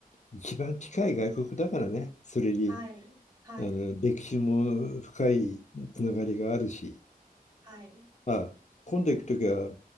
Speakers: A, on the left; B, on the right.
A: 一番近い外国だからね。それに
B: はい。はい。
A: あの歴史も深いつながりがあるし。
B: はい。
A: まあ今度行くときは